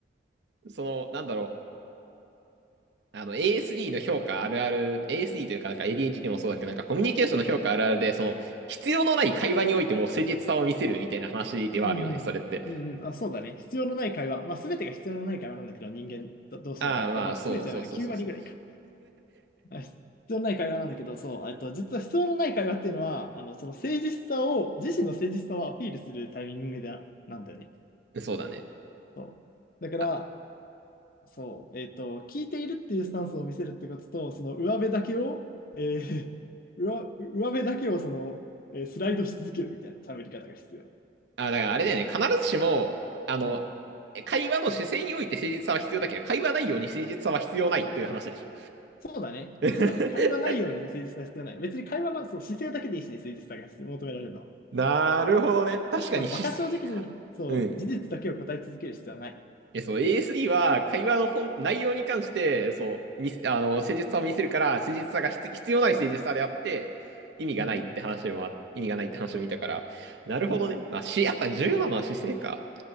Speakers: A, on the right (about 75°); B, on the left (about 50°).
A: その、なんだろう、あの、ASD の評価あるある、ASD というかなんか ADHD もそうだけど、なんかコミュニケーションの評価あるあるで、その、必要のない会話においても誠実さを見せるみたいな話ではあるよね、
B: うんうん。
A: それって。
B: うんうん。あ、そうだね。必要のない会話。まあ、すべてが必要のない会話なんだけど、人間ど同士の会話って、
A: ああ、まあ、
B: まあ、
A: そうそうそうそうそう。
B: すべてじゃないの、9割ぐらいか。あ必要のない会話なんだけど、そう、えっと、実は必要のない会話っていうのは、あの、その誠実さを、自身の誠実さをアピールするタイミングで、なんだよね。
A: <laughs> そうだね。
B: そう。だから、
A: あ、
B: そう、えっと、聞いているっていうスタンスを見せるってことと、その上辺だけを、えー、<laughs> 上、上辺だけをその、えースライドし続けるみたいな喋り方が必要。
A: あ、だからあれだよね、必ずしも、あの、
B: うん。
A: 会話の姿勢において誠実さは必要だけど、会話内容に誠実さは必要ないという話でしょ。
B: そうだね。
A: <laughs>
B: そうだね。会話内容に誠実さは必要ない。別に会話の、そう、姿勢だけでいいしね、誠実さが必要、求められるのは。
A: なるほどね。確かに姿勢か。
B: いや、馬鹿正直に、そう、
A: うん。
B: 事実だけを答え続ける必要はない。
A: え、そう、a s d は会話の本、内容に関して、そう、見せ、あの、誠実さを見せるから、誠実さが必、必要ない誠実さであって、意味がないって話もあ、
B: うんうん。
A: 意味がないって話を見たから、なるほどね。
B: うんうん。
A: まあ、し、やっぱ重要なのは姿勢か。